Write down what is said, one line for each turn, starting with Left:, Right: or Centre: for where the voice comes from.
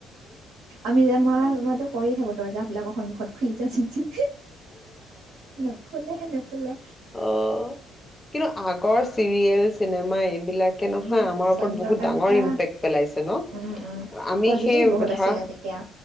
Right: আমি যে মই মই কৰিয় থাকো দৰ্জা বিলাকৰ। ৰ্দজাখম খলি জা চিম চিম। নখুলহে নখুলে।
Left: অঁ কিন্তু আগৰ চিৰিয়েল চিনেমা। মায়। বিলাকে নহয়
Right: উম
Left: আমাৰ
Right: চন্দ্ৰকান্তা
Left: ওপৰত বহুত ডাঙৰ ই পেক পেলাইছে ন
Right: উম উম
Left: আমি
Right: পজিটিভ
Left: সেই
Right: বহুত
Left: ধাৰা
Right: আছিলে তেতিয়া